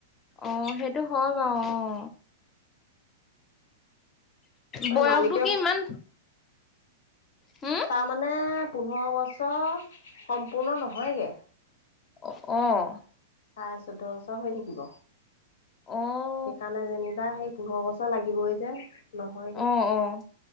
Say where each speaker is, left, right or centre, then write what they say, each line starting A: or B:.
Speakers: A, on the left; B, on the left.
A: অহ, সেইটো হয় বাৰু অহ। বয়সটো
B: মালিকে
A: কি ইমান হম
B: তাৰমানে পোন্ধৰ বছৰ সম্পূৰ্ণ নহয়গে।
A: অ', অ',
B: চাৰে চৈধ্য বছৰ হৈ থাকিব
A: অ',
B: সেইকাৰণে যেনিবা সেই পোন্ধৰ বছৰ লাগিবই যে নহয়গৈ
A: অ',